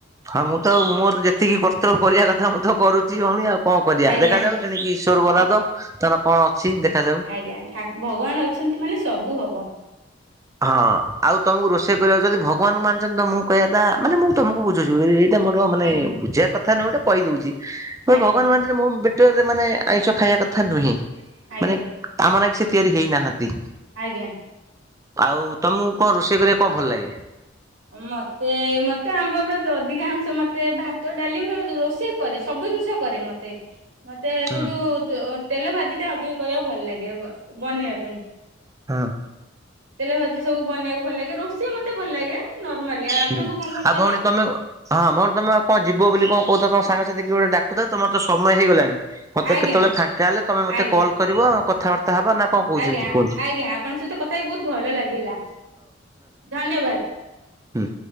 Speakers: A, on the right; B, on the right.
A: ହଁ ମୁଁ ତ ମୋର ଯେତିକି କର୍ତ୍ତବ୍ୟ କରିବା କଥା ମୁଁ ତ କରୁଛି ଭଉଣୀ ଆଉ କଣ କରିବା
B: ଆଜ୍ଞା
A: ଦେଖାଯାଉ ତେଣିକି ଇଶ୍ୱର ବରାତ ତାହେଲେ କଣ ଅଛି ଦେଖାଯାଉ‌।
B: ଆଜ୍ଞାା ଠାକ୍ ଭଗବାନ ଅଛନ୍ତି ମାନେ ସବୁ ହବ।
A: ହଁ ଆଉ ତମକୁ ରୋଷେଇ କରିବାକୁ ଯଦି ଭଗବାନଙ୍କୁ ମାନିଛନ୍ତି ତ ମୁଁ କହିବା ତା ମାନେ ମୁଁ ତମକୁ ବୁଝୁଛିି ଏଇ ମୋର ମାନେ
B: ଆଜ୍ଞା
A: ବୁଝିବା କଥା ନୁହେ ଗୋଟେ କହି ଦଉଛି ଭଗବାନ
B: ଆଜ୍ଞା
A: ମାନେ ମୋ ବେଟରେ ମାନେ ଆଇଁଷ ଖାଇବା କଥା ନୁହେଁ
B: ଆଜ୍ଞା
A: ମାନେ ଆମ ନାକି ସିଏ ତିଆରି ହେଇନାହାନ୍ତି।
B: ଆଜ୍ଞା।
A: ଆଉ ତମକୁ କଣ ରୋଷେଇ କରିବା କଣ ଭଲ ଲାଗେ?
B: ମତେ ମତେ ଆମର ଯଦି ଅଧିକାଂଶ ମତେ ଭାତ ଡାଲି ମୁଁ ରୋଷେଇ କରେ ସବୁ ଜିନିଷ କରେ ମତେ। ମତେ
A: ହଁ
B: କିନ୍ତୁ‌ ତେଲ ଭାଜି ଟା ଅଧିକ କରିବାକୁ ଭଲ ଲାଗେ। ବନେଇବା ପାଇଁ।
A: ହଁ।
B: ତେଲ ଭାଜି ସବୁ ବନେଇବାକୁ ଭଲ ଲାଗେ। ରୋଷେଇ ମତେ ଭଲ ଲାଗେ ନର୍ମାଲି। ଆଉ ଆପଣଙ୍କୁ
A: ହୁଁ
B: କଣ ଭଲ
A: ଆଉ
B: ଲାଗେ?
A: ଭଉଣୀ ତମେ। <unintelligible> ହଁ ଭଉଣୀ ତମେ କଣ ଯିବ ବୋଲି କଣ କହୁଥିଲ ତମ ସାଙ୍ଗସାଥି କିଏ ଗୋଟେ ଡାକୁଛନ୍ତି, ତମର ତ ସମୟ ହେଇଗଲାଣି। ମୋତେ
B: ଆଜ୍ଞା
A: କେତେବେଳେ ଫାଙ୍କା ହେଲେ ମତେ
B: ଆଜ୍ଞା।
A: କଲ୍ କରିବ କଥାବାର୍ତ୍ତା ହବା ନା କଣ କହୁଛନ୍ତି
B: ଆଜ୍ଞା
A: କୁହନ୍ତୁ?
B: ଆଜ୍ଞା। ଆପଣଙ୍କ ସହିତ କଥା ହେଇ ବହୁତ୍ ଭଲ ଲାଗିଲା। ଧନ୍ୟବାଦ।
A: ହୁଁ।